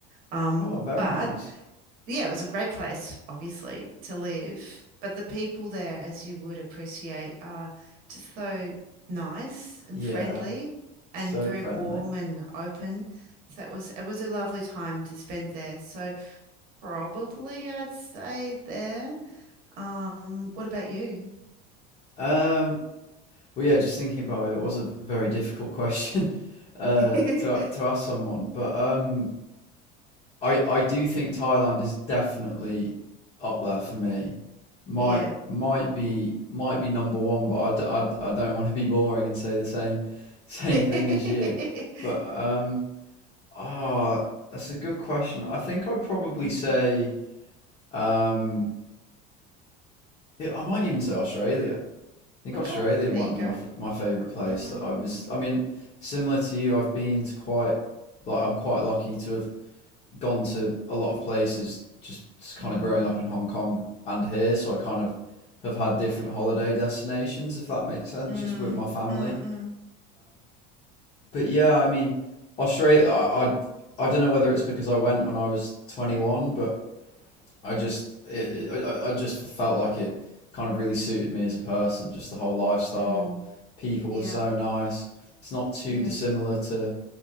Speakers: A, on the right; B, on the left.
A: Um,
B: Oh, very
A: but
B: nice.
A: yeah, it was a great place, obviously, to live. But the people there, as you would appreciate, are just so nice and
B: Yeah,
A: friendly and
B: so
A: very
B: friendly.
A: warm and open. So it was it was a lovely time to spend there. So Probably, I'd say there. Um, what about you?
B: Um, well, yeah, just thinking about it, it was a very difficult question <laughs> uh,
A: <laughs>
B: to to ask someone, but um, I I do think Thailand is definitely up there for me. Might
A: Yeah.
B: might be might be number one, but I, d- I, d- I don't want to be boring and say the same <laughs> same
A: <laughs>
B: thing as you. But um ah that's a good question. I think I'd probably
A: Mm,
B: say um yeah, I might even say Australia. I think
A: okay,
B: Australia
A: there
B: might
A: you
B: be
A: go.
B: my f my favorite place
A: Mm,
B: that I've vis- I mean similar to you, I've been to quite like I'm quite lucky to have gone to a lot of places just kind
A: mm,
B: of growing up in Hong Kong and here, so I kind of have had different holiday destinations, if that makes sense,
A: mm,
B: just with my family.
A: mm, mm,
B: But yeah, I mean, Australia, I, I, I don't know whether it's because I went when I was 21, but I just, it, it, I, I just felt like it kind of really suited me as a person, just the whole lifestyle.
A: mm.
B: People
A: Yeah,
B: were so nice. It's not too
A: yeah,
B: dissimilar to,